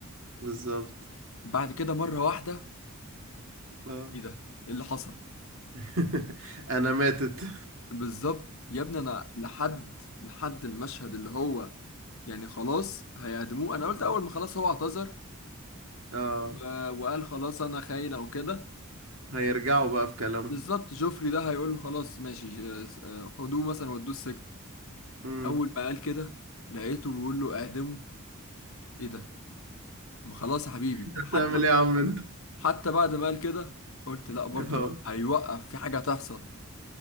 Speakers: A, on the right (about 60°); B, on the left (about 65°).
A: بالظبط
B: بعد كده مرة واحدة
A: اه
B: ايه ده ايه اللي حصل
A: <laughs> انا ماتت
B: بالظبط يا ابني انا لحد لحد المشهد اللي هو يعني خلاص هيعدموه
A: <laughs>
B: انا قلت اول ما خلاص هو اعتذر
A: اه
B: و- وقال خلاص انا خاين او كده
A: هيرجعوا بقى في كلامهم
B: بالظبط جوفري ده هيقول له خلاص ماشي آه، آه، خدوه مثلا ودوه السجن
A: امم
B: اول ما قال كده لقيته بيقول له اعدمه ايه ده ما خلاص يا حبيبي
A: انت بتعمل
B: حتى
A: ايه يا عم انت
B: حتى بعد ما قال كده قلت لا برضو
A: اه
B: هيوقف في حاجة هتحصل